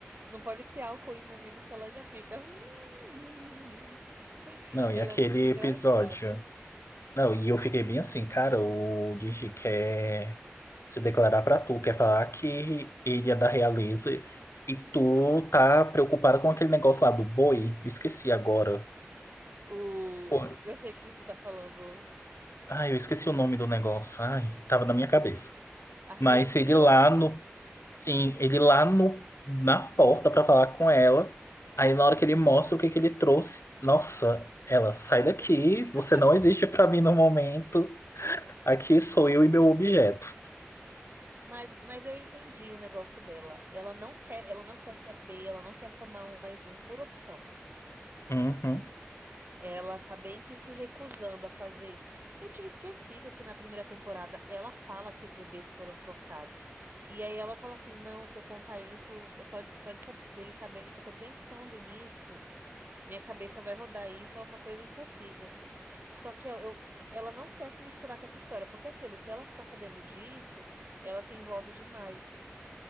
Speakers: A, on the right (about 50°); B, on the left (about 80°).
A: Não pode ter álcool envolvido que ela já fica. <laughs>
B: Não, e
A: Ela
B: aquele
A: é muito engraçada.
B: episódio? Não, e eu fiquei bem assim, cara, o Digi quer se declarar pra tu, quer falar que ele é da realeza e tu tá preocupada com aquele negócio lá do boi. Eu esqueci agora.
A: O...
B: Pô,
A: Eu sei que tu tá falando
B: ai, eu esqueci o nome do negócio. Ai, tava na minha cabeça.
A: a raizinha
B: Mas ele lá
A: lá, né?
B: no, sim, ele lá no, na porta pra falar com ela. Aí na hora que ele mostra o que que ele trouxe, nossa, ela, sai daqui,
A: <laughs>
B: você não existe pra mim no momento. Aqui sou eu e meu objeto.
A: Mas, mas eu entendi o negócio dela. Ela não quer, ela não quer saber, ela não quer somar um mais um por opção.
B: Uhum.
A: Ela tá bem que se recusando a fazer isso. Eu tinha esquecido que na primeira temporada ela fala que os bebês foram trocados. E aí ela fala assim: não, se eu contar isso, só, só de, sa- deles saberem que eu tô pensando nisso, minha cabeça vai rodar. Isso é uma coisa impossível. Só que eu, eu- ela não quer se misturar com essa história, porque é aquilo, se ela ficar sabendo disso, ela se envolve demais.